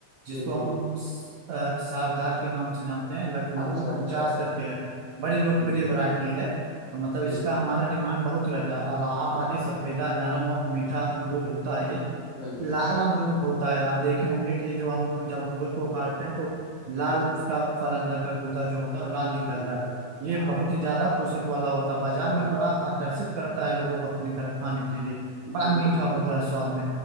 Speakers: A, on the right; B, on the left.
A: जिसको
B: बिल्कुल
A: हम स- अ, सरदार के नाम से जानते हैं लखनऊ
B: अच्छा अच्छा
A: उनचास करके है बड़ी लोकप्रिय
B: हम्म
A: वैरायटी है और मतलब इसका
B: बिल्कुल।
A: हमारा डिमांड बहुत रहता है इलाहाबादी
B: हाँ,
A: सफेदा नरम और मीठा अमरूद होता है ये
B: बिल्कुल,
A: लाल अमरूद होता है आप देखे होंगे कि जो हम जब अमरूद को काटते हैं तो लाल उसका फल अंदर का गूदा जो होता है वो लाल निकलता
B: बिल्कुल।
A: है ये
B: हाँ,
A: बहुत ही ज्यादा पोषक वाला होता है बाजार में
B: बिल्कुल,
A: बड़ा आकर्षित करता है लोगों को अपनी तरफ खाने के लिए बड़ा
B: बिल्कुल,
A: मीठा होता है स्वाद में